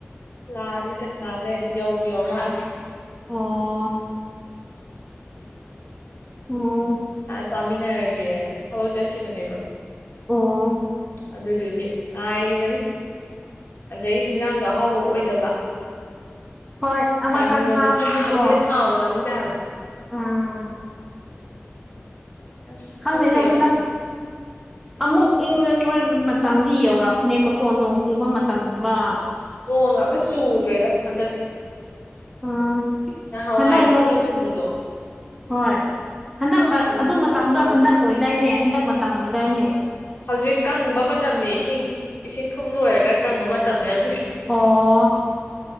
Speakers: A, on the left; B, in the centre.
A: ꯂꯥꯛꯑꯅꯤꯗ ꯉꯥꯛꯂꯗꯤ ꯌꯧꯕ ꯌꯧꯔꯛꯑꯅꯤ
B: ꯑꯣ ꯎꯝ
A: ꯆꯥꯃꯤꯟꯅꯔꯒꯦ ꯊꯕꯛ ꯆꯠꯈꯤꯕꯅꯦꯕ
B: ꯑꯣ
A: ꯑꯗꯨꯗꯨꯒꯤ ꯉꯥꯏꯔꯤꯕꯅꯤ ꯑꯗꯒꯤ ꯍꯤꯟꯖꯥꯡꯗꯣ ꯑꯍꯥꯎꯕ ꯑꯣꯏꯗꯕ
B: ꯍꯣꯏ ꯑꯃꯇꯪ
A: ꯆꯥꯅꯤꯡꯕꯗꯣ
B: ꯆꯥꯕꯗꯤꯀꯣ
A: ꯁꯥꯕꯅꯤꯅ ꯊꯥꯎ ꯆꯥꯅꯤꯡꯗꯦ ꯍꯥꯏꯕ
B: ꯎꯝ
A: ꯑꯁ
B: ꯈꯪꯉꯦꯗ
A: ꯈꯪꯗꯦꯗ
B: ꯍꯟꯗꯛ ꯑꯃꯨꯛ ꯏꯪꯉ ꯑꯩꯈꯣꯏ ꯃꯇꯝꯗꯤ ꯌꯧꯔꯄꯅꯦꯕꯀꯣ ꯅꯣꯡ ꯆꯨꯕ ꯃꯇꯝꯒꯨꯝꯕ
A: ꯅꯣꯡꯃ ꯉꯥꯛꯇ ꯆꯨꯗ꯭ꯔꯦꯗ ꯍꯟꯗꯛꯇꯤ
B: ꯑ
A: ꯅꯍꯥꯟꯋꯥꯏ
B: ꯍꯅꯅꯣ
A: ꯏꯁꯤꯡꯒ ꯊꯨꯝꯕꯗꯣ
B: ꯍꯣꯏ ꯍꯟꯗꯛ
A: ꯍꯧꯖꯤꯛꯇꯤ
B: ꯑꯗꯨ ꯃꯇꯝꯗꯣ
A: ꯇꯧ
B: ꯍꯟꯗꯛ ꯑꯣꯏꯗꯥꯏꯅꯦ ꯍꯟꯗꯛ ꯃꯇꯝ ꯃꯣꯏꯗꯥꯥꯏꯅꯦ
A: ꯍꯧꯖꯤꯛ ꯀꯪꯕ ꯃꯇꯝꯅꯤ ꯏꯁꯤꯡ ꯏꯁꯤꯡ ꯊꯨꯝ ꯂꯣꯏꯔꯒ ꯀꯪꯕ ꯃꯇꯝꯅꯤ ꯍꯧꯖꯤꯛ
B: ꯑꯣ